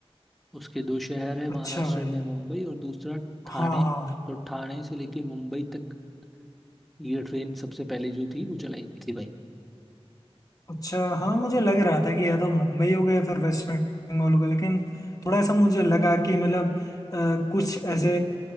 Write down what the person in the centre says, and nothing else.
उसके दो शहर है
महाराष्ट्र
में मुंबई और दूसरा ठाणे
तो ठाणे से लेके मुंबई तक ये ट्रेन सबसे पहले जो थी वो चलाई गई थी भाई